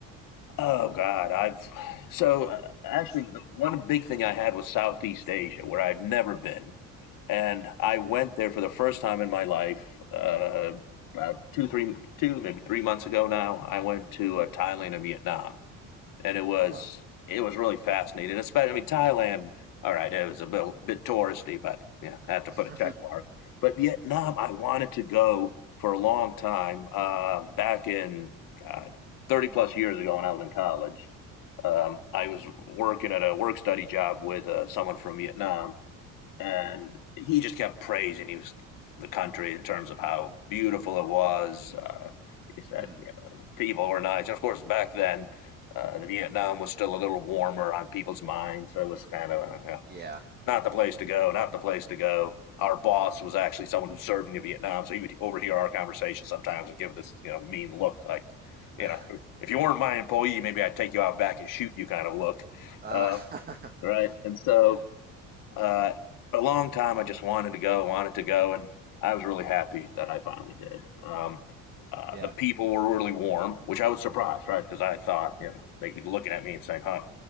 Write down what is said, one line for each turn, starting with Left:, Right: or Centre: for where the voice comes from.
Left: Oh God, I've so uh, actually the one big thing I had was Southeast Asia, where I've never been, And I went there for the first time in my life uh, about two, three, two, maybe three months ago now. I went to
Right: Mhm.
Left: uh, Thailand and Vietnam, and it was
Right: Oh wow.
Left: it was really fascinating. And Especially, I mean, Thailand. All right, it was a bit, bit touristy, but yeah, I had
Right: <laughs>
Left: to put a check mark. But Vietnam, I wanted to go for a long time. Um, back in God, thirty plus years ago, when I was in college, um, I was working at a work study job with uh, someone from Vietnam and he just kept praising he was the country in terms of how beautiful it was. Uh, he said,
Right: Mhm.
Left: you know, the people were nice. And of course, back then, uh, the Vietnam was still a little warmer on people's minds. So it was kind of uh, yeah,
Right: Yeah.
Left: not the place to go, not the place to go. Our boss was actually someone who served in Vietnam. So he would overhear our conversation sometimes and give this, you know, mean look like,
Right: <laughs>
Left: you know, if you weren't my employee, maybe I'd take you out back and shoot you kind of look.
Right: Ah.
Left: Um,
Right: <laughs>
Left: right. And so
Right: yeah.
Left: uh, a long time, I just wanted to go, wanted to go, and I was really happy that I finally did. Um, uh,
Right: Yeah.
Left: the people were really warm, which I was surprised, right? Because I thought, you know, they'd be looking at me and saying, "Huh,